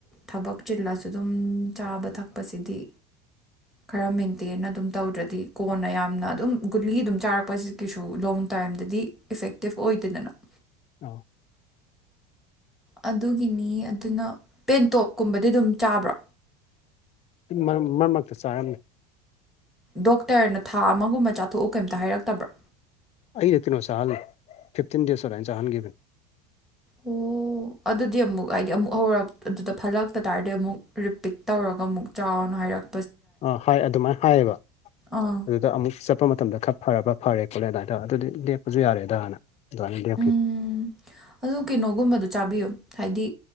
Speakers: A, in the centre; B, on the left.
A: ꯊꯕꯛ ꯆꯤꯜꯂꯁꯨ ꯑꯗꯨꯝ ꯆꯥꯕ ꯊꯛꯄꯁꯤꯗꯤ
B: <inaudible>
A: ꯈꯔ ꯃꯦꯟꯇꯦꯟ ꯑꯗꯨꯝ ꯇꯧꯗ꯭ꯔꯗꯤ ꯀꯣꯟꯅ ꯌꯥꯝꯅ ꯑꯗꯨꯝ ꯒꯨꯂꯤ ꯑꯗꯨꯝ ꯆꯥꯔꯛꯄꯁꯤ ꯀꯩꯁꯨ ꯗꯨ ꯂꯣꯡ ꯇꯥꯏꯝꯗꯗꯤ ꯏꯐꯦꯛꯇꯤꯞ ꯑꯣꯏꯗꯦꯗꯅ
B: ꯑꯧ
A: ꯑꯗꯨꯒꯤꯅꯤ ꯑꯗꯨꯅ ꯄꯦꯟꯇꯣꯞ ꯀꯨꯝꯕꯗꯤ ꯑꯗꯨꯝ ꯆꯥꯕ꯭ꯔꯣ
B: ꯃꯔꯛ ꯃꯔꯛꯇ ꯆꯥꯏꯔꯝꯃꯦ
A: ꯗꯣꯛꯇꯔꯅ ꯊꯥ ꯑꯃꯒꯨꯝꯕ ꯆꯥꯊꯣꯛꯎ ꯀꯩꯝꯇ ꯍꯥꯏꯔꯛꯇꯕ꯭ꯔꯥ
B: ꯑꯩꯅ ꯀꯩꯅꯣ ꯆꯥꯍꯜꯂꯤ ꯐꯤꯞꯇꯤꯟ ꯗꯦꯖ ꯑꯗꯃꯥꯢꯅ ꯆꯥꯍꯟꯈꯤꯕꯅꯤ
A: ꯑꯣ ꯑꯗꯨꯗꯤ ꯑꯃꯨꯛ ꯍꯥꯏꯗꯤ ꯑꯃꯨꯛ ꯍꯧꯔꯛ ꯑꯗꯨꯗ ꯐꯠꯂꯛꯇ ꯇꯥꯔꯗꯤ ꯑꯃꯨꯛ ꯔꯤꯄꯤꯠ ꯇꯧꯔꯒ ꯑꯃꯨꯛ ꯆꯥꯎꯅ ꯍꯥꯏꯔꯛ
B: ꯑ ꯍꯥꯏ ꯑꯗꯨꯃꯥꯏꯅ ꯍꯥꯏꯌꯦꯕ
A: ꯑꯥ
B: ꯑꯗꯨꯗ ꯑꯃꯨꯛ ꯆꯠ ꯍꯥꯢꯔꯛꯄ ꯃꯇꯝꯗ ꯈꯔ ꯐꯔꯕ ꯐꯔꯦ ꯈꯣꯠꯂꯦ ꯑꯗ ꯑꯗꯨꯗꯤ ꯂꯦꯞꯄꯁꯨ ꯌꯥꯔꯦꯗꯥꯅ ꯑꯗꯨꯃꯥꯏꯅ ꯂꯦꯞꯈꯤ
A: ꯎꯝ ꯑꯗꯨ ꯀꯩꯅꯣꯒꯨꯝꯕꯗꯣ ꯆꯥꯕꯤꯌꯣ ꯍꯥꯏꯗꯤ